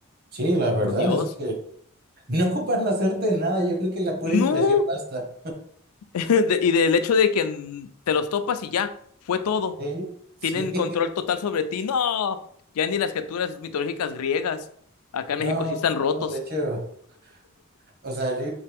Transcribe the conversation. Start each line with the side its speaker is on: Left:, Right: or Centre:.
Right: Sí, la verdad
Left: por Dios.
Right: es que <laughs> no ocupan hacerte nada. Yo creo que la pura
Left: No,
Right: impresión basta.
Left: <laughs> De- y del hecho de que mm, te los topas y ya, fue todo.
Right: ¿Eh? Sí.
Left: Tienen
Right: <laughs>
Left: control total sobre ti, no, ya ni las criaturas mitológicas griegas, acá en México
Right: No,
Left: sí están
Right: no, no.
Left: rotos.
Right: De hecho. O sea, yo,